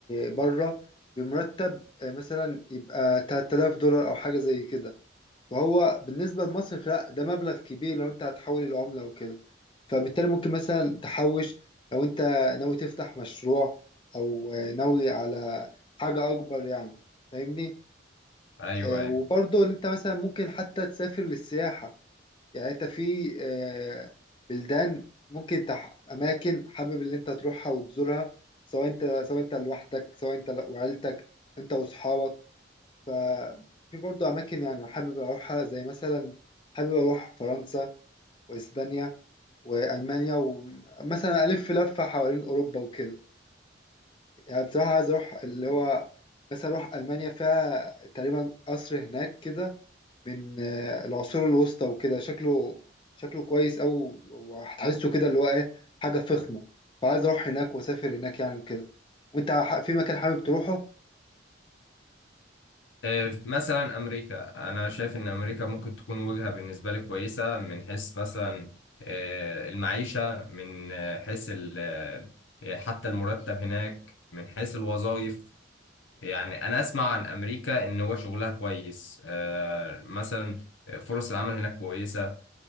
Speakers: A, on the left; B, on the left.
A: بره بمرتب آه، مثلا يبقى 3000 دولار او حاجة زي كده فهو بالنسبة لمصر لا ده مبلغ كبير لو انت هتحول العملة وكده فبالتالي ممكن مثلا تحوش لو انت ناوي تفتح مشروع او آه، ناوي على حاجة اكبر يعني فاهمني
B: أيوه
A: آه،
B: أيوه
A: وبرضه انت مثلا ممكن حتى تسافر للسياحة يعني انت في آه، بلدان ممكن تح... اماكن حابب ان انت تروحها وتزورها سواء انت سواء انت لوحدك سواء انت ل- وعيلتك انت واصحابك ففي برضو اماكن يعني حابب اروحها زي مثلا حابب اروح فرنسا واسبانيا والمانيا ومثلا الف لفه حوالين اوروبا وكده يعني بصراحه عايز اروح اللي هو مثلا اروح المانيا فيها تقريبا قصر هناك كده من آه، العصور الوسطى وكده شكله شكله كويس أوي وهتحسه كده اللي هو إيه حاجة فخمة فعايز أروح هناك وأسافر هناك يعني وكده وأنت ح- في مكان حابب تروحه؟
B: آه، مثلا أمريكا أنا شايف إن أمريكا ممكن تكون وجهة بالنسبة لي كويسة من حيث مثلا آه، المعيشة من آه، حيث ال- آه، حتى المرتب هناك من حيث الوظائف يعني انا اسمع عن امريكا ان هو شغلها كويس آه، مثلا فرص العمل هناك كويسة